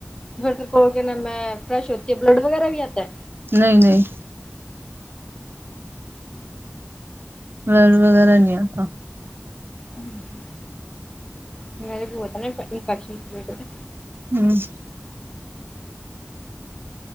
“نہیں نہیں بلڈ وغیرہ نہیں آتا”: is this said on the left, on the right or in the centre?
Right